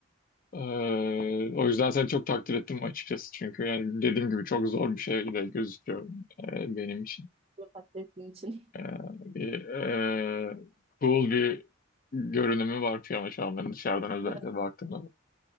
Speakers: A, on the left (about 45°); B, on the right (about 30°).
A: Ee, o yüzden seni çok takdir ettim açıkçası. Çünkü yani dediğim gibi çok zor bir şey de gözüküyor e, benim için.
B: <laughs> Takdir ettiğim için.
A: Ee, bir e, cool bir görünümü var piyano çalmanın dışarıdan özellikle
B: Evet,
A: baktığımda.